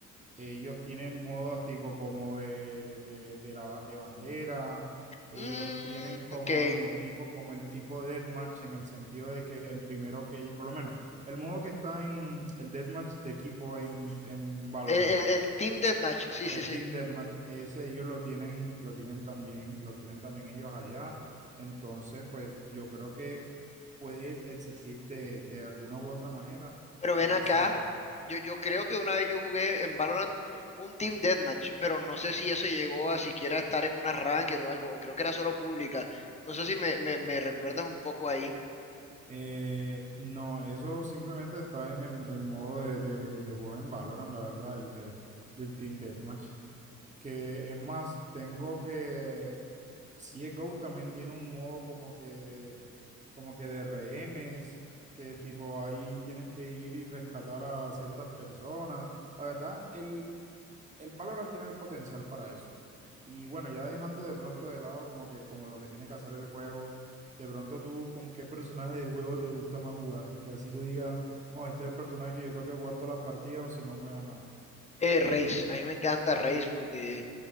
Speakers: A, on the right; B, on the left.
A: Ellos tienen modos tipo como de, de, de la, ba- de bandera. Ellos
B: mm,
A: tienen como
B: ok. El,
A: el tipo, como el tipo de deathmatch en el sentido de que el primero que, por lo menos, el modo que está en el deathmatch de equipo en, en Valorant
B: el, el Team Deathmatch, sí, sí,
A: El
B: sí.
A: Team Deathmatch, ese ellos lo tienen, lo tienen también, los tienen también ellos allá. Entonces, pues yo creo que puede existir de, de alguna u otra manera
B: Pero ven
A: esa.
B: acá, yo, yo creo que una vez yo jugué en Valorant un Team Deathmatch, pero no sé si eso llegó a siquiera estar en un arranque o algo, o creo que era solo pública. No sé si me, me- me recuerdas un poco ahí.
A: eh, no, eso simplemente está en el, el modo de, de, de juego en Valorant, la verdad, el de, del Team Deathmatch. Que es más, tengo que. CSGO también tiene un modo como que como que de rehenes, que tipo ahí tienes que ir y rescatar a ciertas personas. La verdad, el, el Valorant tiene el potencial para eso. Y bueno, ya dejando de pronto de lado como que como lo que tiene que hacer el juego, de pronto tú con qué personaje del juego te gusta más jugar, que así tú digas, oh, este es el personaje que yo tengo que jugar todas las partidas o si no me va mal.
B: Eh, Raze, a mí me encanta Raze porque,